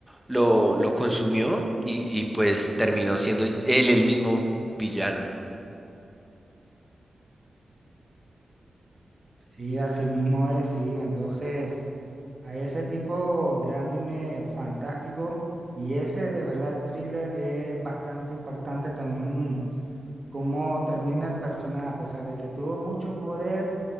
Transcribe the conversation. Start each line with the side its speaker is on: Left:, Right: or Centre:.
Centre: lo, lo consumió y, y pues terminó siendo él el mismo villano.
Right: Sí, así mismo es, sí. Entonces, hay ese tipo de anime fantástico y ese de verdad el thriller es bastante impactante también cómo termina el personaje, a pesar de que tuvo mucho poder,